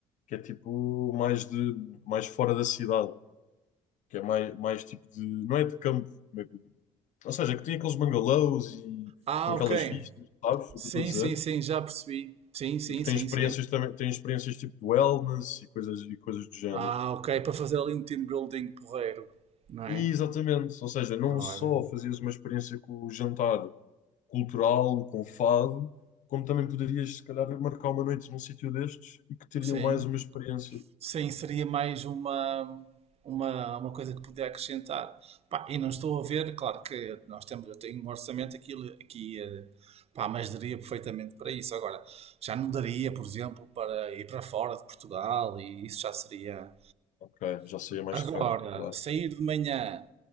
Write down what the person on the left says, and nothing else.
que é tipo mais de mais fora da cidade. que é mais, mais tipo de. Não é de campo, como é que- ou seja, que tem aqueles bungalows e
com aquelas
vistas, sabes
o que eu estou a dizer?
E que tem
experiências
também, tem experiências tipo de wellness e coisas, e coisas do género.
E exatamente, ou seja, não
só fazias uma experiência com o jantar cultural, com o fado, como também poderias, se calhar, marcar uma noite num sítio destes e que teriam
mais uma experiência.
Ok, já seria mais
caro, claro.